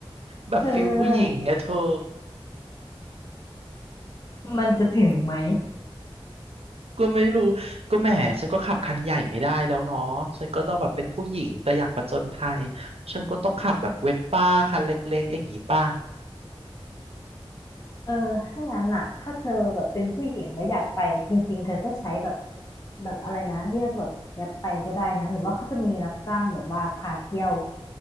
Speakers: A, on the right; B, on the left.
A: แบบฟิลผู้หญิงไงเธอ
B: เธอมันจะถึงไหม
A: ก็ไม่รู้ก็แหมฉันก็ขับคันใหญ่ไม่ได้แล้วเนาะฉันก็ต้องแบบเป็นผู้หญิงแต่อยากผจญภัยฉันก็ต้องขับแบบเวสป้าคันเล็กๆอย่างนี้ป่ะ
B: เออถ้างั้นน่ะถ้าเธอแบบเป็นผู้หญิงแล้วอยากไปจริงๆเธอก็ใช้แบบแบบอะไรนะเรียกแบบแกร็บไปก็ได้นะหรือว่าเขาจะมีรับจ้างแบบว่าพาเที่ยว